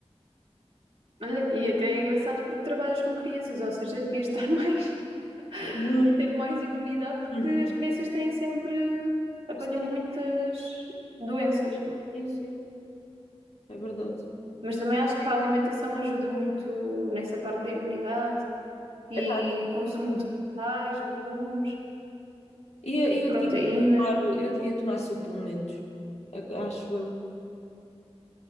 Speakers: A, on the right; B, on the left.
A: Olha, e até é engraçado porque trabalhas com crianças, ou seja, devias estar <laughs> mais,
B: Imune.
A: ter mais imunidade, porque
B: Uhum.
A: as crianças têm sempre, apanham
B: Sim,
A: muitas doenças.
B: sim, sim. É verdade.
A: Mas também acho que a alimentação ajuda muito nessa parte da imunidade e
B: Epá,
A: consumo de vegetais, legumes,
B: e eu,
A: de proteína.
B: eu devia tomar, eu devia tomar suplementos, a- acho eu.